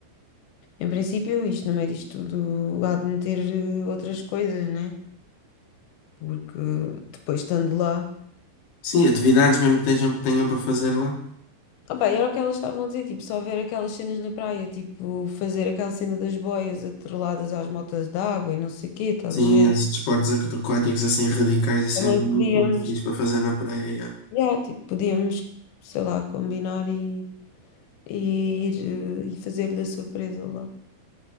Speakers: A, on the left; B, on the left.
A: Em princípio, isto no meio disto tudo há de meter eh, outras coisas, né? Porque depois estando lá.
B: Sim, atividades mesmo que tenham, que tenham para fazer lá.
A: Ah, bem, era o que elas estavam a dizer, tipo, só ver aquelas cenas na praia, tipo, fazer aquela cena das boias atreladas às motas d'água e não sei o quê, estás
B: Sim,
A: a ver?
B: esses desportos aquáticos assim radicais, isso
A: Também
B: é muito,
A: podíamos,
B: muito fixe para fazer na praia. yeah.
A: yeah, tipo, podíamos, sei lá, combinar e, e ir eh, e fazer-lhe a surpresa lá.